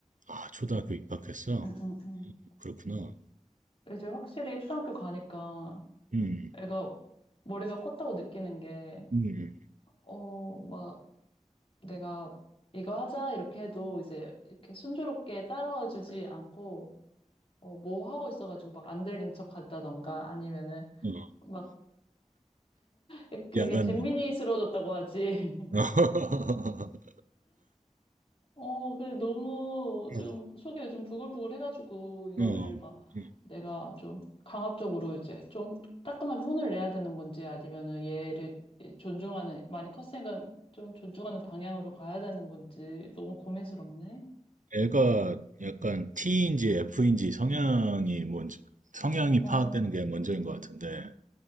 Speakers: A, on the right; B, on the left.
A: 아, 초등학교 입학했어?
B: 응, 응, 응.
A: 그렇구나.
B: 이제 확실히 초등학교 가니까
A: 음,
B: 애가 머리가 컸다고 느끼는 게,
A: 음,
B: 어, 막 내가 이거 하자 이렇게 해도 이제 이렇게 순조롭게 따라와 주지 않고, 어, 뭐 하고 있어가지고 막 안 들린 척 한다던가 아니면은
A: 어,
B: 막 이렇게
A: 야간,
B: 재민이스러워졌다고 하지. <laughs>
A: 어, <laughs>
B: 어, 그래, 너무 좀
A: 어,
B: 속이 요즘 부글부글 해가지고 이거를
A: 어,
B: 막
A: 음.
B: 내가 좀 강압적으로 이제 좀 따끔하게 혼을 내야 되는 건지 아니면은 얘를 존중하는, 많이 컸으니까 좀 존중하는 방향으로 가야 되는 건지 너무 고민스럽네.
A: 애가 약간 T인지 F인지 성향이 뭔지, 성향이
B: 어,
A: 파악되는 게 먼저인 것 같은데,